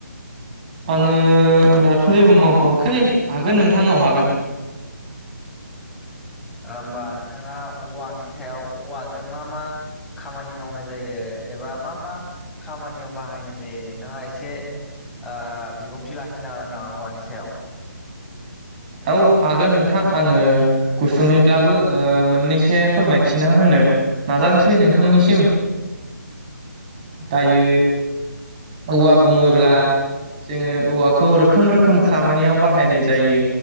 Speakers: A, on the right (about 30°); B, in the centre.
A: आङो दाथ' जेबो मावथ'वाखै हागोन नोंथां औ हागोन
B: होमबा नोंथाङा औवानि सायाव औवाजों मा मा खामानि मावनाय जायो एबा मा मा खामानियाव बाहायनाय जायो नोंथाङा एसे ओ बिबुंथि लाखिनो‌ हागोन नामा औवानि सायाव
A: औ हागोन नोंथां आङो गुसुङैब्लाबो मोननैसो फोरमायथिना होनो नाजानोसै नोंथांनिसिम
B: औ
A: दायो औवा बुङोब्ला
B: औ
A: जोङो औवाखौ रोखोम रोखोम खामानियाव बाहायनाय जायो